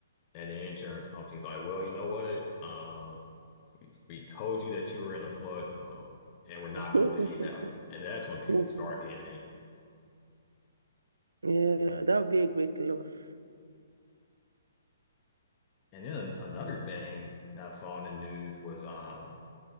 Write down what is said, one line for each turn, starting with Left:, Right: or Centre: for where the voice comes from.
Left: And the insurance company's like, well, you know what? Um, we, we told you that you were in a flood zone and we're not
Right: Mm-hmm.
Left: going to pay it out. And that's when people
Right: <laughs>
Left: start getting angry.
Right: Yeah, that would be a great loss.
Left: And then another thing that I saw in the news was um